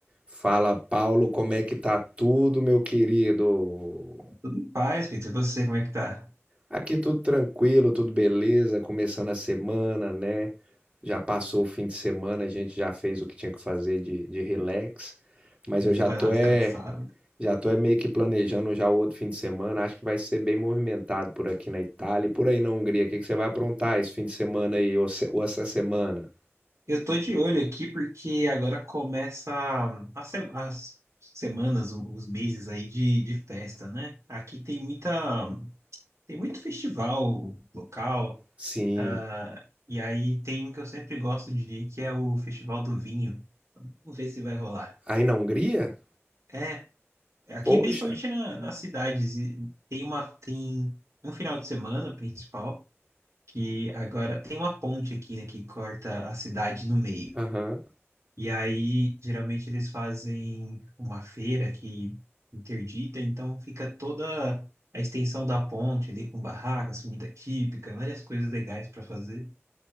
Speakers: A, on the right; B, on the right.
A: Fala, Paulo, como é que tá tudo, meu querido?
B: Tudo em paz, Peter. E você, como é que tá?
A: Aqui tudo tranquilo, tudo beleza, começando a semana, né? Já passou o fim de semana, a gente já fez o que tinha que fazer de, de relax, mas
B: Já
A: eu já
B: deu pra
A: tô
B: dar uma
A: é,
B: descansada.
A: já tô é meio que planejando já o outro fim de semana, acho que vai ser bem movimentado por aqui na Itália e por aí na Hungria. O que que você vai aprontar esse fim de semana aí ou, se- ou essa semana?
B: Eu tô de olho aqui porque agora começa a se- as semanas, o- os meses aí de, de festa, né? Aqui tem muita, tem muito festival local,
A: Sim,
B: ah, e aí tem um que eu sempre gosto de ir, que é o Festival do Vinho. Vamos ver se vai rolar.
A: aí na Hungria?
B: É, aqui
A: Poxa,
B: principalmente na, nas cidades, e tem uma, tem um final de semana principal. que agora tem uma ponte aqui, né, que corta a cidade no meio.
A: aham,
B: E aí, geralmente, eles fazem uma feira que interdita, então fica toda a extensão da ponte ali com barracas, comida típica, várias coisas legais para fazer.